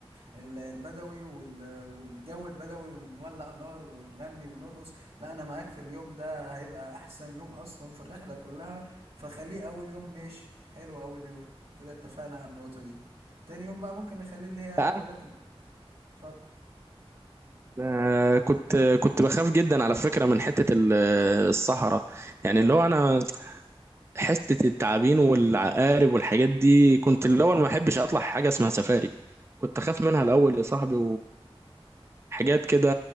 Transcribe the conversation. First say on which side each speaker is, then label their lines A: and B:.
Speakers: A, on the right; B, on the right.
A: ال- البدوي وال- والجو البدوي ونولع نار ونغني ونرقص لا انا معاك في اليوم ده هيبقى احسن يوم اصلا في الرحلة كلها فخليه اول يوم ماشي حلو اول يوم كده اتفقنا على النقطة دي تاني يوم بقى ممكن نخليه اللي هي
B: عارف
A: بقول لك اتفضل
B: آه كنت كنت بخاف جدا على فكرة من حتة ال- الصحراء يعني اللي هو انا حتة التعابين والعقارب والحاجات دي كنت الاول ما احبش اطلع حاجة اسمها سفاري كنت اخاف منها الاول يا صاحبي حاجات كده